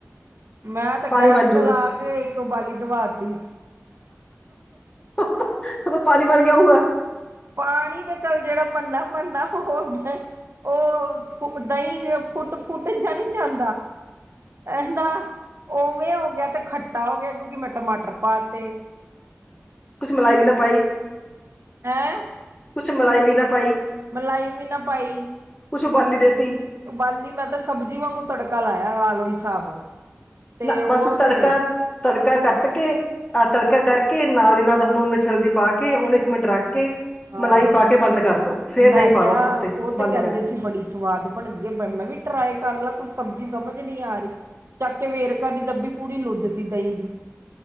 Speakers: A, on the right; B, on the left.
A: ਮੈਂ ਤੇ
B: ਪਾਣੀ
A: ਗੈਸ
B: ਬਣ ਜੂਗਾ
A: ਚਲਾ ਕੇ ਇਹ ਇੱਕ ਉਬਾਲੀ ਦਵਾਤੀ
B: ਉਹਦਾ ਪਾਣੀ, ਪਾਣੀ ਗਿਆਊਗਾ।
A: ਪਾਣੀ ਤਾਂ ਚੱਲ ਜਿਹੜਾ ਬਣਨਾ-ਬਣਨਾ ਹੋ ਗਿਆ ਉਹ ਫ ਦਹੀਂ ਜੇ ਫੁੱਟ ਸਕੂਟਰ ਜਾ ਨਹੀਂ ਜਾਂਦਾ। ਇਹ ਨਾ ਉਵੇਂ ਹੋ ਗਿਆ ਤੇ ਖੱ ਤਾਂ ਹੋ ਗਿਆ ਕਿਉਂਕਿ ਮੈਂ ਟਮਾਟਰ ਪਾਤੇ।
B: ਕੁਛ ਮਲਾਈ ਵੀ ਨਾ ਪਾਈ
A: ਹੈਂ।
B: ਕੁਛ ਮਲਾਈ ਵੀ ਨਾ ਪਾਈ।
A: ਮਲਾਈ ਵੀ ਨਾ ਪਾਈ।
B: ਕੁਛ ਉਬਾਲੀ ਦੇਤੀ।
A: ਉਬਾਲੀ, ਮੈਂ ਤੇ ਸਬਜ਼ੀ ਵਾਂਗੂ ਤੜਕਾ ਲਾਇਆ ਲ ਲੋੋਈ ਓਹੀ ਸਾਬ ਤੇ
B: ਨਾ
A: ਉਹ
B: ਬਸ ਤੜਕਾ
A: ਤੇ
B: ਤੜਕਾ ਕੱਟ ਕੇ ਆਹ ਤੜਕਾ ਕਰਕੇ ਨਾਲ ਦੀ ਨਾਲ ਬਸ ਨੂਨ, ਮਿਰਚ, ਹਲਦੀ ਪਾ ਕੇ ਉਹਨੂੰ ਇੱਕ ਮਿੰਟ ਰੱਖ ਕੇ
A: ਹਾਂ
B: ਮਲਾਈ ਪਾ ਕੇ ਬੰਦ ਕਰਦੋ। ਫੇਰ
A: ਮੈਂ
B: ਦਹੀਂ
A: ਕਿਹਾ
B: ਪਾ ਦੋ ਉੱਤੇ
A: ਉਹ
B: ਬੰਦ
A: ਤੇ ਕਹਿੰਦੇ
B: ਕਰਕੇ
A: ਸੀ ਬੜੀ ਸਵਾਦ ਬਣਦੀ ਹੈ। ਮੈਂ ਵੀ ਟਰਾਈ ਕਰ ਲ ਕੁਝ ਸਬਜ਼ੀ ਸਮਝ ਨਹੀਂ ਆ ਰਹੀ। ਚੱਕ ਕੇ ਵੇਰਕਾ ਦੀ ਡੱਬੀ ਪੂਰੀ ਲੁੱਦਤੀ ਦਹੀਂ ਦੀ